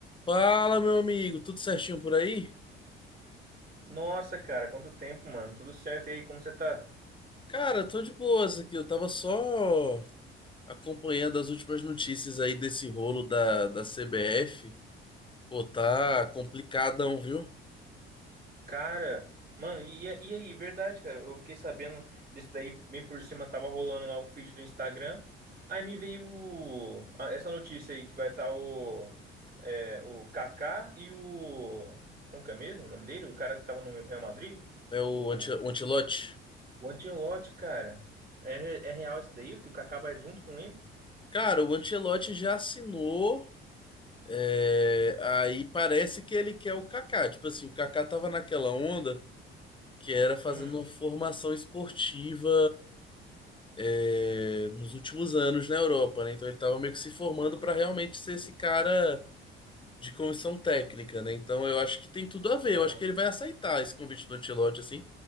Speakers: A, on the left; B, on the right.
A: Fala, meu amigo, tudo certinho por aí?
B: Nossa, cara, quanto tempo, mano. Tudo certo e aí, como você tá?
A: Cara, tô de boas aqui. Eu tava só acompanhando as últimas notícias aí desse rolo da, da CBF. Pô, tá complicadão, viu?
B: Cara, mano, e, e aí, verdade, cara. Eu fiquei sabendo disso daí, meio por cima, tava rolando lá o feed do Instagram. Aí me veio o- a- essa notícia aí que vai estar o, é, o Kaká e o. Como que é mesmo o nome dele? O cara que tava no Real Madrid?
A: É o,
B: O,
A: Ante, o Ancelotti.
B: o Ancelotti, cara. É, re- é real isso daí? Que o Kaká vai junto com ele?
A: Cara, o Ancelotti já assinou. é, aí parece que ele quer o Kaká. Tipo assim, o Kaká tava naquela onda que era fazendo
B: Hum,
A: uma formação esportiva é, nos últimos anos na Europa, né? Então ele estava meio que se formando para realmente ser esse cara de comissão técnica, né? Então eu acho que tem tudo a ver.
B: legal.
A: Eu acho que ele vai aceitar esse convite do Ancelotti assim.